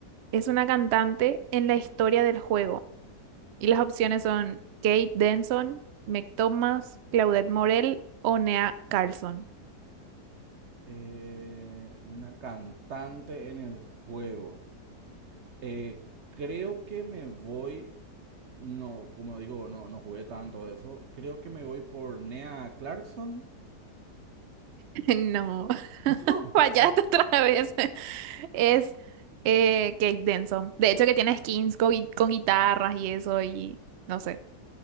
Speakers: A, on the right; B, on the right.
A: es una cantante en la historia del juego? Y las opciones son Kate Denson, Meg Thomas, Claudette Morel o Nea Carlson.
B: Eh, una cantante en el juego. Eh, creo que me voy, no, como digo, no, no jugué tanto eso. Creo que me voy por Nea Clarkson.
A: No,
B: <laughs>
A: <laughs>
B: No,
A: fallaste otra vez. Es eh, Kate Denson. De hecho, que tiene skins con, gui- con guitarras y eso, y no sé,